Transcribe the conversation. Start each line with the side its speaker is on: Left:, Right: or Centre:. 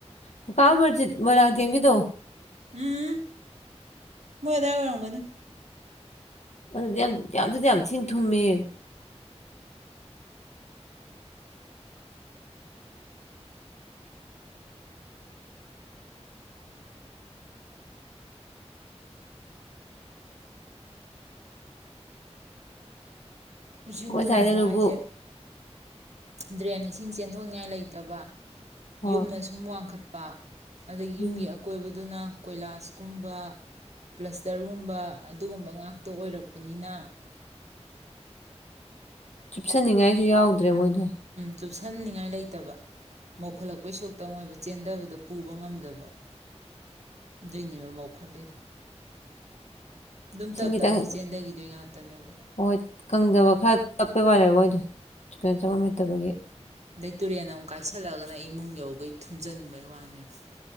Left: ꯀꯥ ꯀꯥ ꯑꯃꯔꯖꯤꯠ ꯃꯣꯏꯔꯥꯡꯊꯦꯝꯒꯤꯗꯣ
Right: ꯎꯝ ꯅꯣꯏ ꯑꯗꯥꯏ ꯑꯣꯏꯔꯝꯒꯅꯤ
Left: ꯑꯗꯨꯗꯤ ꯌꯥꯝ ꯑꯗꯨꯗꯤ ꯌꯥꯝ ꯊꯤꯟ ꯊꯨꯝꯃꯦ
Right: ꯏꯁꯤꯡ ꯊꯨꯝꯕ
Left: ꯁ꯭ꯋꯥꯏꯗꯅꯕꯨ
Right: ꯍꯥꯏꯁꯦ ꯗ꯭ꯔꯦꯟ ꯏꯁꯤꯡ ꯆꯦꯟꯊꯣꯛ ꯅꯤꯡꯉꯥꯏ ꯂꯩꯇꯕ
Left: ꯍꯣꯏ
Right: ꯌꯨꯝꯗ ꯁꯨꯝ ꯋꯥꯡꯈꯠ ꯄꯥ ꯑꯗꯗꯒꯤ
Left: ꯎꯝ
Right: ꯌꯨꯝꯒꯤ ꯑꯀꯣꯏꯕꯗꯨꯅ ꯀꯣꯏꯂꯥꯁꯀꯨꯝꯕ ꯄ꯭ꯂꯁꯇꯔꯒꯨꯝꯕ ꯑꯗꯨꯒꯨꯝꯕ ꯉꯥꯛꯇ ꯑꯣꯏꯔꯛꯄꯅꯤꯅ
Left: ꯆꯨꯞꯁꯟꯅꯤꯡꯉꯥꯏꯁꯨ ꯌꯥꯎꯗ꯭ꯔꯦ ꯃꯣꯏꯗꯣ
Right: ꯆꯨꯞꯁꯟꯅꯤꯉꯥꯏ ꯂꯩꯇꯕ ꯃꯧꯈꯠꯂꯛꯄꯩ ꯁꯔꯨꯛꯇꯪ ꯑꯣꯏꯕ ꯆꯦꯟꯗꯕꯗ ꯄꯨꯕ ꯉꯝꯗꯕ ꯑꯗꯨꯏꯅꯦꯕꯥ ꯃꯧ ꯂꯧꯈꯠꯂꯤꯗꯣ ꯑꯗꯨꯝ
Left: ꯏꯁꯤꯡ
Right: ꯇꯞ
Left: ꯈꯤꯇꯪ
Right: ꯇꯞꯅꯥꯗꯤ ꯆꯦꯟꯗꯈꯤꯗꯣꯏ ꯉꯥꯛꯇꯅꯦꯕ
Left: ꯍꯣꯏ ꯀꯪꯗꯕ ꯈꯔ ꯇꯞꯄꯩ ꯋꯥꯅꯦꯕ ꯃꯣꯏꯗꯣ ꯆꯨꯀꯦꯟ ꯆꯪꯐꯝ ꯂꯩꯇꯕꯒꯤ
Right: ꯑꯗꯩ ꯇꯨꯔꯦꯟ ꯑꯃꯨꯛ ꯀꯥꯏꯁꯜꯂꯒꯅ ꯏꯃꯨꯡ ꯌꯧꯈꯩ ꯊꯨꯝꯖꯤꯟꯕꯩ ꯋꯥꯅꯦꯕ